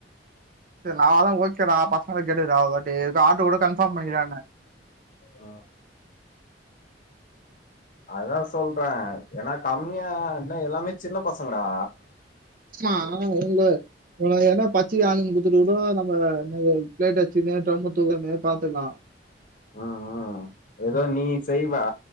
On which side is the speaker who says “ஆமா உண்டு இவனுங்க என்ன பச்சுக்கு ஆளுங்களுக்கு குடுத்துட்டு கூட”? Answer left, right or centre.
Right